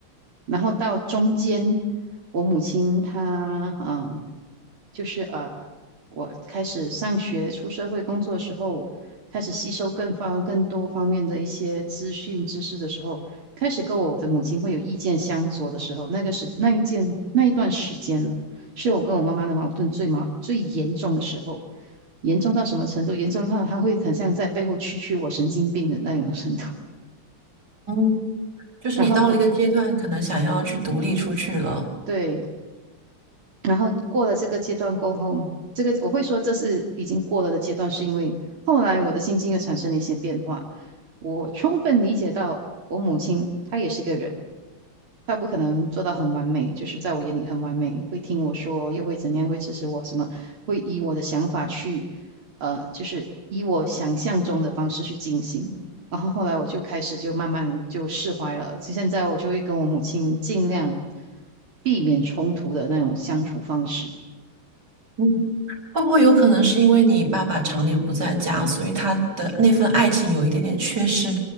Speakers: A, on the right; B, on the right.
A: 然后到中间，我母亲她嗯就是呃，我开始上学、出社会工作的时候，开始吸收更方更多方面的一些资讯知识的时候，开始跟我的母亲会有意见相左的时候，那个时那一件那一段时间呢，是我跟我妈妈的矛盾最矛最严重的时候，严重到什么程度？严重到她会很像在背后蛐蛐我神经病的那种程度。<laughs>
B: 嗯，就是你到了一个阶段，
A: 然后到
B: 可能想要去独立出去了。
A: 对，然后过了这个阶段过后，这个我会说这是已经过了的阶段，是因为后来我的心境又产生了一些变化。我充分理解到我母亲她也是一个人，他不可能做到很完美，就是在我眼里很完美，会听我说，又会怎样，会支持我什么，会以我的想法去，呃，就是以我想象中的方式去进行。然后后来我就开始就慢慢就释怀了，就现在我就会跟我母亲尽量避免冲突的那种相处方式。
B: 嗯，会不会有可能是因为你爸爸常年不在家，所以他的那份爱情有一点点缺失，